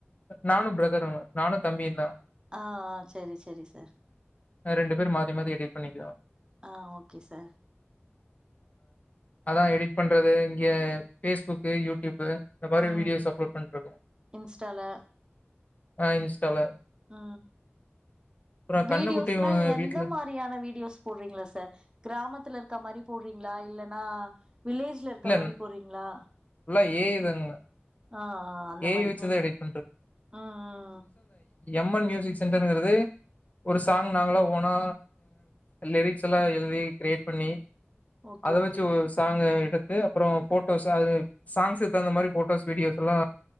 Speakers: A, on the left; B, on the right.
A: நானு பிரதரு நானு தம்பியுந்தா
B: ஆ ஆ செரி செரி சார்
A: ரெண்டு பேர் மாத்தி மாத்தி எடிட் பண்ணிக்கிறோ
B: ஆ ஓகே சார்
A: அதா எடிட் பண்றது இங்க பேஸ்புக்கு யூடியூப்பு இந்த மாரி
B: ம்
A: வீடியோஸ் அப்லோட் பண்ட்ருக்கோ
B: இன்ஸ்டால
A: ஆ இன்ஸ்டால
B: ஆ
A: அப்புறம்
B: வீடியோஸ்னா
A: கண்ணுக்குட்டி அ
B: எந்த
A: வீட்ல
B: மாரியான வீட் வீடியோஸ் போட்றீங்ளா சார் கிராமத்துல இருக்கா மாரி போட்றீங்ளா இல்லன்னா வில்லேஜ்ல இருக்கா
A: இல்ல
B: மாரி போட்றீங்ளா
A: ஃபுல்லா ஏஐ தாங்க.
B: ஆ ஆ அந்த
A: ஏஐ
B: மாரி
A: வச்சு
B: உம்
A: தான் எடிட்
B: உம் உம்
A: எம் என் மியூசிக் சென்டர்ங்கிறது ஒரு சாங் நாங்களா ஓனா லிரிக்ஸ் எல்லா எழுதி கிரியேட் பண்ணி
B: ஓகே
A: அத
B: ஓகே
A: வச்சு ஒரு சாங்கு எடுத் து அப்றோ ஃபோட்டோஸ்ஸு <unintelligible> சாங்ஸ் தகுந்த மாரி ஃபோட்டோஸ் வீடியோஸ்ல்லா